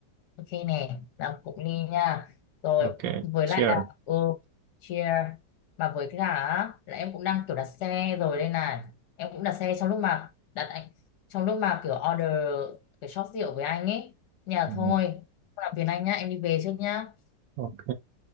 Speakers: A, on the left; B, on the right.
A: Ok nè, là cụng ly nha. Rồi
B: ok
A: với
B: cheers
A: lại là ừ, cheer. Mà với cái cả á, là em cũng đang kiểu đặt xe rồi đây này. Em cũng đặt xe trong lúc mà đặt anh trong lúc mà kiểu order cái shop rượu với anh ấy. Nhà
B: Ừ.
A: thôi. Không làm phiền anh nhá, em đi về trước nhá.
B: ok